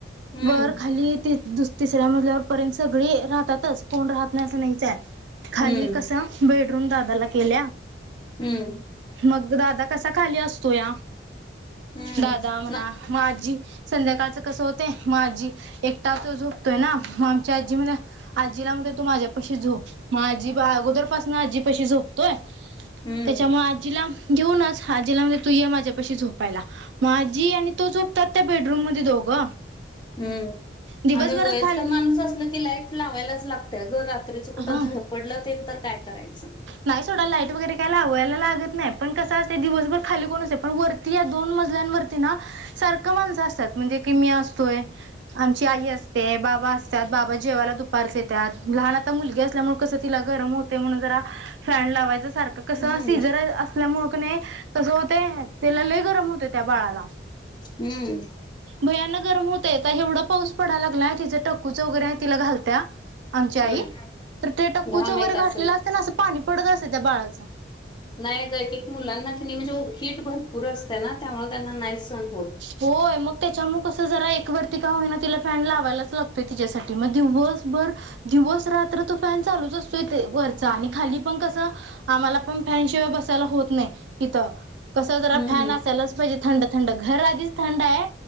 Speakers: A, on the left (about 25°); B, on the right (about 75°).
A: हम्म
B: वर खाली ती दुस तिसऱ्या मजल्यावर पर्यंत सगळी राहतातच कोण राहत नाही असं नाहीच हाय. खाली
A: हम्म
B: कस बेडरूम दादाला केल्या
A: हम्म
B: मग दादा कसा खाली असतोया
A: हम्म
B: दादा म्हणा
A: न
B: म आजी संध्याकाळचं कसं होतय मग आजी एकटा तो झोपतोय ना मग आमच्या आजी म्हण आजीला म्हणतोय तू माझ्या पशी झोप म आजी अगोदरपासून आजीपाशी झोपतोय
A: हम्म
B: त्याच्यामुळ आजीला घेऊनच आजीला म्हणतोय तू ये माझ्यापाशी झोपायला. म आजी आणि तो झोपतात त्या बेडरूम मध्ये दोघं.
A: हूम्म
B: दिवसभरात
A: आणि वयस्कर
B: खाली
A: माणूस असल की, लाईट लावायलाच लागत्या ग रा- त्रिच कुठ
B: हा
A: धडपडलं तेन तर काय करायचं?
B: नाही सोडा, लाईट वगैरे काय लावायला लागत नाही, पण कस असतय दिवसभर खाली कोण असय, पण वरती या दोन मजल्यांवरती ना सारखं माणसं असत्यात म्हणजे की मी असतोय आमची आई असते, बाबा असत्यात, बाबा जेवायला दुपारच येत्यात, लहान आता मुलगी असल्यामुळ कसं तिला गरम होतंय म्हणून जरा फँन लावायच सारखं? कसं
A: हम्म
B: शिजर अस असल्यामुळे कनी कस होतय, तीला लय गरम होतय त्या बाळाला
A: हम्म
B: भयानक गरम होतय, आता एवढा पाऊस पडाय लागलाय, तिचं टक्कूचं वगैरे हाय तिला घालत्या आमची आई,
A: हम्म
B: तर ते टक्कूच
A: घाम
B: वगैरे
A: येत
B: घाटलेलं
A: असेल.
B: असतय ना, असं पाणी पडत असतय त्या बाळाचं.
A: नाही अगं, एक एक मुलांना की नाही म्हणजे हिट भरपूर असत्या ना, त्यामुळे त्यांना नाही सहन होत.
B: होय मग, त्याच्यामुळे कसं जरा एक वरती का होईना, तिला फॅन लावायलाच लागतोय तिच्यासाठी. मग दिवसभर, दिवस रात्र तो फॅन चालूच असतोय ते वरचा आणि खाली पण कस आम्हाला पण फॅनशिवाय बसायला होत नाही इथं, कस जरा
A: हम्म.
B: फॅन असायलाच पाहिजे. थंड थंड घर आधीच थंड हाय